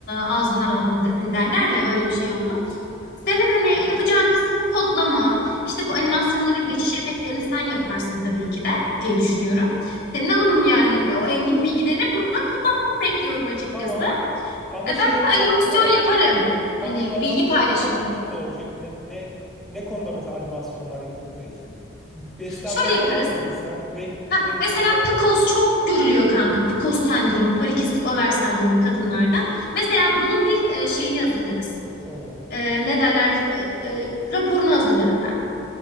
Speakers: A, on the left; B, in the centre.
A: ağzından aldın de- hani derler ya öyle bir şey oldu. Senin hani yapacağın kısım kodlama. İşte bu animasyonların geçiş efektlerini sen yaparsın tabii ki de diye düşünüyorum. Senin alanın yani. E, o engin bilgilerini burada da kullanmanı bekliyorum açıkçası.
B: Tamam.
A: E,
B: Ama
A: ben
B: şey
A: de
B: olacak
A: animasyon
B: değil mi?
A: yaparım.
B: Tam
A: Hani
B: pek animasyonlar
A: bilgi paylaşımı.
B: hangi konuda olacak? Ne ne ne konuda mesela animasyonlar yapabiliriz? Beslenme
A: Şöyle
B: falan
A: yaparız.
B: dedin sen. Reg,
A: Ha,
B: regliyken.
A: mesela PCOS çok görülüyor kanka. PCOS sendromu, polikistik over sendromu kadınlarda. Mesela bunun bir e, şeyini hazırlarız.
B: Ha.
A: E, ne derler? E, e, raporunu hazırlarım ben.